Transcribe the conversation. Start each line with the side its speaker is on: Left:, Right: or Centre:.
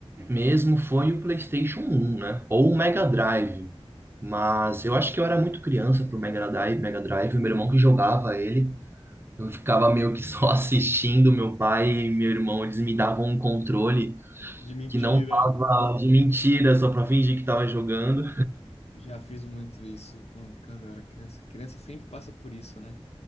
Right: mesmo foi o PlayStation 1, né? Ou o Mega Drive. Mas eu acho que eu era muito criança pro Mega Drive, Mega Drive, o meu irmão que jogava ele. Eu ficava meio que só <laughs> assistindo, meu pai e meu irmão, eles me davam um controle.
Left: De mentira.
Right: que não tava de mentira só pra fingir que tava jogando.
Left: Já fiz muito isso quando, quando eu era criança. Criança sempre passa por isso, né?